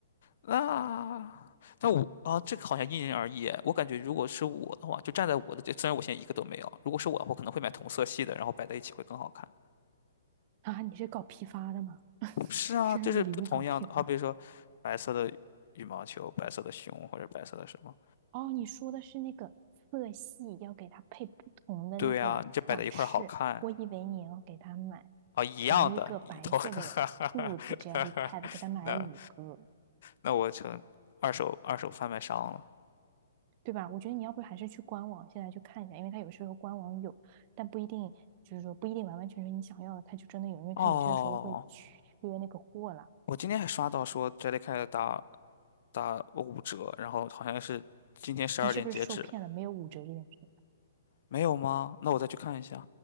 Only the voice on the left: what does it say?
那那我啊，这个好像因人而异哎。我感觉如果是我的话，就站在我的这，虽然我现在一个都没有，如果是我，我可能会买同色系的，然后摆在一起会更好看。
是啊，
就是不同样的，好比如说白色的羽毛球、白色的熊或者白色的什么。
对呀，你这摆在一块儿好看
啊，一样的，
一头，<laughs> 哈哈哈
哈哈那
那我成二手二手贩卖商了。
哦，
我今天还刷到说 Jellycat 打打五折，然后好像是今天十二点截止，
没有吗？那我再去看一下。